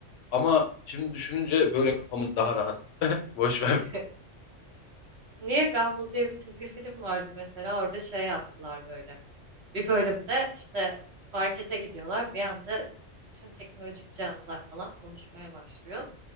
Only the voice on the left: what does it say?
Ama şimdi düşününce böyle kafamız daha rahat. <laughs> Boş ver.